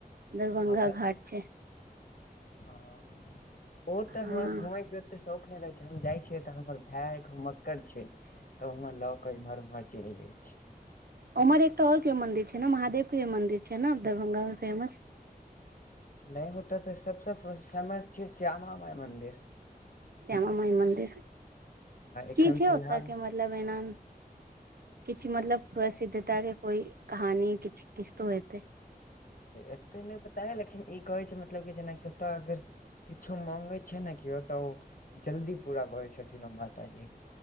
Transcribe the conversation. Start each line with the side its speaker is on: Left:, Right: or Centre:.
Right: दरभंगा
Left: हँ ब-
Right: घाट छै
Left: हँ ओ
Right: हँ
Left: तऽ हमरा घुमय केँ ओते शौक नइ रहै छै हम जाइ छियै तऽ हमर भाय घुमक्कर छै तऽ उम्हर लऽ कऽ एम्हर उम्हर चलि जाय
Right: उम्हर एकटा और कियो मन्दिर छै नऽ महादेव केँ भि मंदिर छै नऽ दरभंगा मे फेमस
Left: नइ होतै तऽ सबसँ फेमस छै श्यामा माइ मन्दिर
Right: श्यामा माइ मन्दिर
Left: एखन
Right: की छै
Left: फिलहाल
Right: ओतय केँ मतलब एना किछ मतलब प्रसिद्धता के कोई कहानी किछ किछ तो हेते
Left: एते नय पता लेकिन ई कहै छै मतलब की जेनाकि ओत अगर किछो मांगे छै न क्यों ओ तऽ जल्दी पूरा करै छथिन ओ माताजी